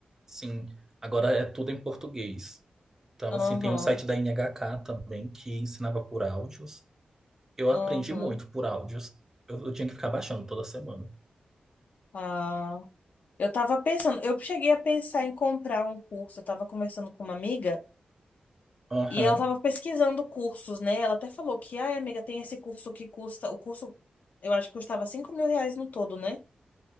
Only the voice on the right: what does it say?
Sim, agora é tudo em português. Então,
assim, tem um site da NHK também que ensinava por áudios. Eu aprendi
muito por áudios. Eu, eu tinha que ficar baixando toda semana.
Aham.